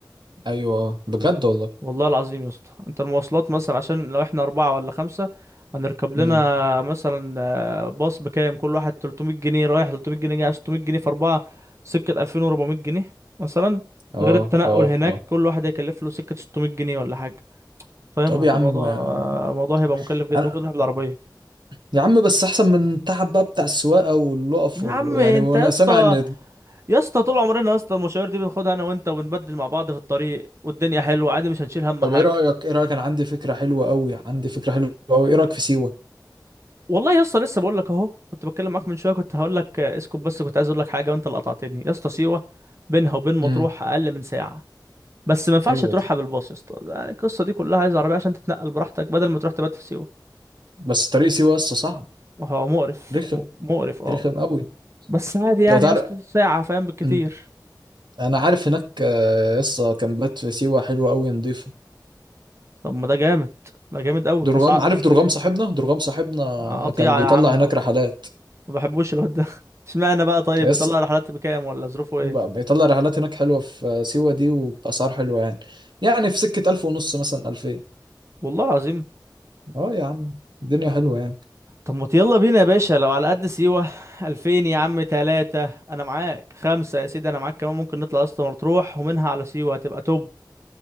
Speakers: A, on the right; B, on the right.
A: ايوه آه، بجد والله
B: والله العظيم يا اسطى أنت المواصلات مثلا عشان لو احنا أربعة ولا خمسة هنركب لنا
A: امم
B: مثلا آه، باص بكام كل واحد 300 جنيه رايح 300 جنيه جاي 600 جنيه في أربعة سكة 2400 جنيه مثلا
A: اه
B: غير التنقل
A: اه
B: هناك
A: اه
B: كل واحد هيكلف له سكة 600 جنيه ولا حاجة فاهم
A: طب
B: هت-
A: يا عم
B: الموضوع
A: آه،
B: آه، الموضوع هيبقى مكلف جدا
A: انا
B: ممكن نروح بالعربية
A: يا عم بس احسن من التعب بقى بتاع السواقه واللقف
B: يا
A: وال-
B: عم انت
A: يعني وانا
B: يا اسطى
A: سامع ان
B: يا اسطى طول عمرنا يا اسطى المشاوير دي بناخدها انا وانت وبنبدل مع بعض في الطريق والدنيا حلوه عادي مش هنشيل هم
A: طب
B: حاجه
A: ايه رأيك ايه رأيك انا عندي فكرة حلوة قوي عندي فكرة حلوة قوي ايه رأيك في سيوة
B: والله يا اسطى لسه بقول لك اهو كنت بتكلم معاك من شويه كنت هقول لك آه، اسكت بس كنت عايز اقول لك حاجه وانت اللي قطعتني يا اسطى سيوه بينها وبين مطروح
A: امم
B: اقل من ساعه بس ما ينفعش
A: حلوة
B: تروحها
A: دي
B: بالباص يا اسطى يعني القصه دي كلها عايز عربيه عشان تتنقل براحتك بدل ما تروح تبات في سيوه
A: بس طريق سيوة لسه صعب
B: هو مقرف
A: رخم
B: م- مقرف اه
A: رخم قوي
B: بس عادي يعني
A: لو تعرف
B: يا اسطى ساعه فاهم بالكتير
A: امم انا عارف هناك لسه كامبات في سيوة حلوة قوي نضيفة
B: طب ما ده جامد ده جامد قوي
A: درغام
B: اسعار
A: عارف درغام صاحبنا درغام صاحبنا
B: قطيعه
A: كان بيطلع
B: يا عم
A: هناك
B: ما
A: رحلات
B: بحبوش الواد ده <laughs> اشمعنى بقى طيب
A: لسه
B: بيطلع رحلات بكام ولا ظروفه ايه
A: بيطلع رحلات هناك حلوة في آه، سيوة دي وبأسعار حلوة يعني يعني في سكة ألف ونص مثلا ألفين
B: والله العظيم
A: اه يا عم الدنيا حلوة يعني
B: طب ما يلا بينا يا باشا لو على قد سيوة <laughs> 2000 يا عم تلاتة انا معاك خمسة يا سيدي انا معاك كمان ممكن نطلع اسطى مطروح ومنها على سيوة هتبقى توب